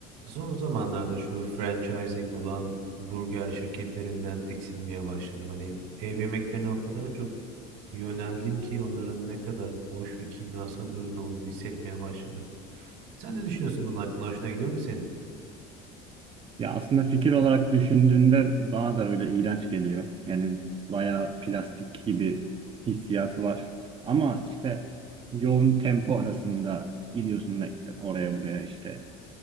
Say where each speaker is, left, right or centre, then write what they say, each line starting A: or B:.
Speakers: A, on the right; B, on the right.
A: Son zamanlarda şu franchising olan burger şirketlerinden tiksinmeye başladım. Hani ev yemeklerine o kadar çok yöneldim ki onların ne kadar boş ve kimyasal ürün olduğunu hissetmeye başladım. Sen ne düşünüyorsun bunun hakkında? Hoşuna gidiyor mu senin?
B: Ya aslında fikir olarak düşündüğünde bana da öyle iğrenç geliyor. Yani bayağı plastik gibi hissiyatı var. Ama işte yoğun tempo arasında gidiyorsun mekte- oraya buraya işte